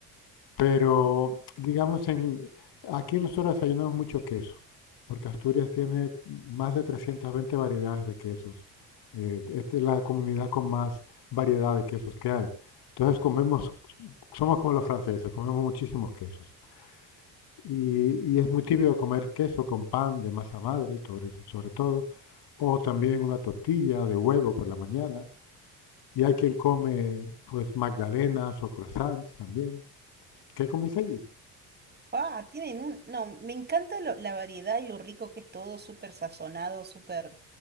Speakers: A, on the left; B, on the right.
A: Pero, digamos, en, aquí nosotros desayunamos mucho queso, porque Asturias tiene más de 320 variedades de quesos. Eh, esta es la comunidad con más variedad de quesos que hay. Entonces comemos, somos como los franceses, comemos muchísimos quesos. Y, y es muy típico comer queso con pan de masa madre, sobre, sobre todo, o también una tortilla de huevo por la mañana. Y hay quien come, pues, magdalenas o croissants también. ¿Qué coméis allí?
B: Ah, tienen un... No, me encanta lo- la variedad y lo rico que es todo, súper sazonado, súper,